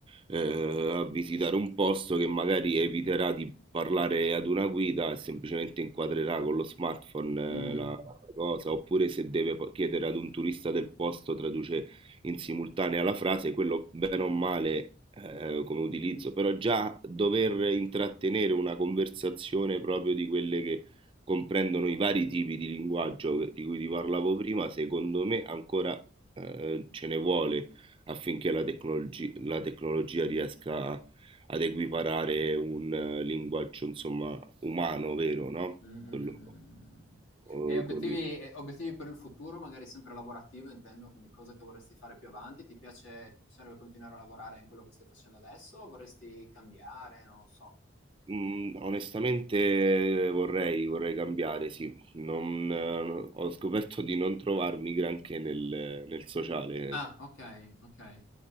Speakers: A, on the right (about 25°); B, on the left (about 80°).
A: eh, a visitare un posto che magari eviterà di parlare ad una guida e semplicemente inquadrerà con lo smartphone
B: mm.
A: eh, la cosa, oppure se deve po- chiedere ad un turista del posto, traduce in simultanea alla frase, quello bene o male eh, come utilizzo, però già dover intrattenere una conversazione proprio di quelle che comprendono i vari tipi di linguaggio di cui ti parlavo prima, secondo me ancora eh, ce ne vuole affinché la tecnologi- la tecnologia riesca a- ad equiparare un eh, linguaggio, insomma, umano, vero, no?
B: Mh, mh, mh,
A: Quello
B: mh, mh, mh, mh.
A: eh,
B: E obiettivi
A: con
B: e obiettivi per il futuro, magari sempre lavorativo intendo, quindi cose che vorresti fare più avanti. Ti piace ti piacerebbe continuare a lavorare in quello che stai facendo adesso o vorresti cambiare? Non lo so.
A: Mhmm, onestamente eh, vorrei vorrei cambiare, sì. Non eh, no- ho scoperto di non trovarmi granché nel nel sociale.
B: Ah, okay, okay,